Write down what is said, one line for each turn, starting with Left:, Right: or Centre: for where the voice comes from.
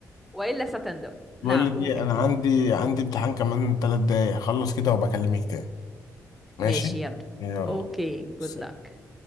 Centre: وإلا ستندم نعم
Left: بقول لك
Centre: قول
Left: ايه انا عندي عندي امتحان كمان ثلاث دقايق اخلص كده وبكلمك تاني ماشي
Centre: ماشي يلا
Left: يلا
Centre: اوكي جود
Left: سلام.
Centre: لك